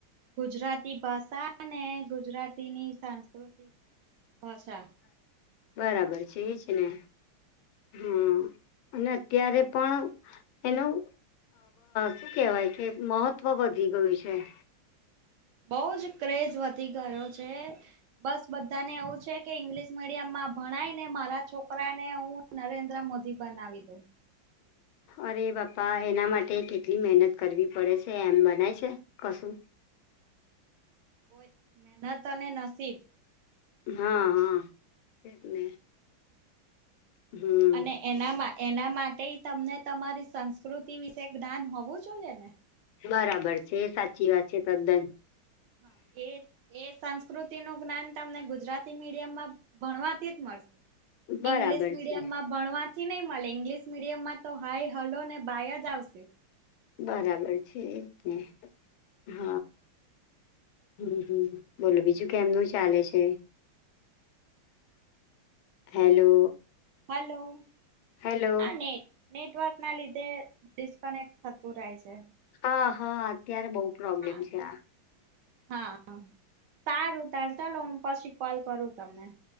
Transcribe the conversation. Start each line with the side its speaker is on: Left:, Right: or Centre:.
Right: ગુજરાતી ભાષા અનેને ગુજરાતીની સાંસ્કૃતિક ભાષા.
Left: બરાબર છે એજ ને. હા, ને અત્યારે પણ એનું શું કેહેવાય કે મહત્વ વધી ગયું છે.
Right: બો જ ક્રેઝ વધી ગયો છે. બસ બધાને એવું છે કે ઈંગ્લિશ મીડિયમમાં ભણાયને મારા છોકરાને હું નરેન્દ્ર મોદી બનાવી દો.
Left: અરે બાપ્પા એના માટે કેટલી મહેનત કરવી પડે છે એમ બનાય છે. કશું
Right: કોઈ મેનત અને નસીબ.
Left: હા હા એ જ ને. હમ.
Right: અને એનામાં એના માટે તમને તમારી સંસ્કૃતિ વિશે જ્ઞાન હોવું જોઈએ ને
Left: બરાબર છે સાચી વાત છે તદ્દન
Right: હા એ એ સંસ્કૃતિ નું જ્ઞાન તમને ગુજરાતી મીડિયમમાં ભણવાથી જ મળશે
Left: બરાબર
Right: ઇંગ્લિશ મીડિયમ
Left: છે
Right: માં ભણવાથી ની મળે ઈંગ્લિશ મીડિયમમાં તો હાય હેલો ને બાય જ આવશે
Left: બરાબર છે એજ ને હ હમ હમ બોલો બીજું કેમનું ચાલે છે હેલો.
Right: હલો.
Left: હેલો.
Right: આ નેટ નેટવર્ક ના લીધે ડિસ્કનેક્ટ થતું રહે છે.
Left: હ હા અત્યારે બહ પ્રોબ્લેમ
Right: હા.
Left: છે આ.
Right: હા સારું તાર ચલોો હું પછી કોલ કરું તમને.